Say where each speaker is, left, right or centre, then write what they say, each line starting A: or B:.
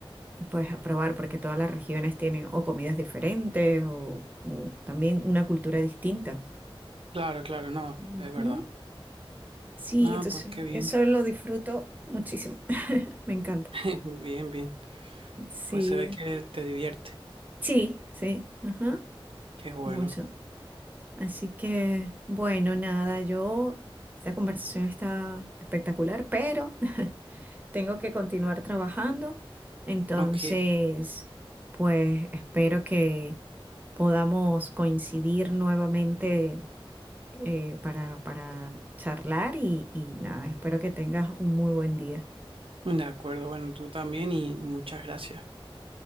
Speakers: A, on the right (about 20°); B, on the right (about 70°).
A: y, pues a probar porque todas las regiones tienen o comidas diferentes o, o también una cultura distinta.
B: claro, claro, no,
A: Ujú.
B: es verdad.
A: Sí,
B: No,
A: entonces
B: pues qué bien.
A: eso lo disfruto muchísimo. <laughs> Me encanta.
B: <laughs> Bien, bien.
A: Sí.
B: Pues se ve que te divierte.
A: Sí, sí. Ajá.
B: Qué bueno.
A: Mucho. Así que, bueno, nada, yo, esta conversación está espectacular, pero <laughs> tengo que continuar trabajando. Entonces,
B: Ok,
A: pues espero que podamos coincidir nuevamente eh, para, para charlar y, y nada, espero que tengas un muy buen día
B: de acuerdo. Bueno, tú también y y muchas gracias.